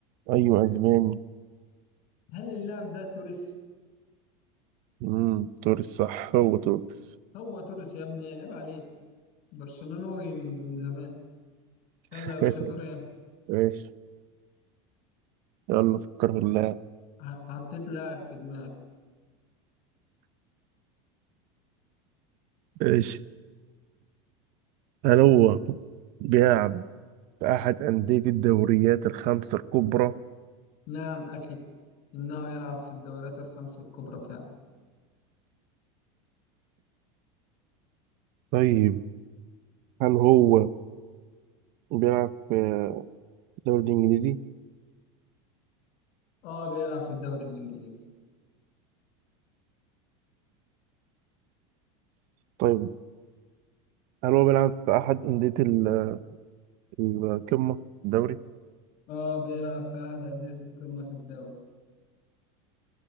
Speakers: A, on the right; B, on the left.
A: ايوه اسباني
B: هل اللاعب ده توريس؟
A: امم توريس صح هو توريس
B: هو توريس يا ابني عيب عليه برشلونوي من من زمان يلا
A: <laughs>
B: يا باشا دور يلا
A: ماشي يلا فكر في اللاعب
B: ح- حطيت لاعب في دماغي
A: ماشي هل هو بيلعب في أحد أندية الدوريات الخمسة الكبرى؟
B: نعم اخي انه يلعب في الدوريات الخمسة الكبرى فعلا
A: طيب هل هو بيلعب في الدوري الإنجليزي؟
B: اه بيلعب في الدوري الانجليزي
A: طيب هل هو بيلعب في أحد أندية ال- القمة الدوري؟
B: اه بيلعب في احد أندية القمة في الدوري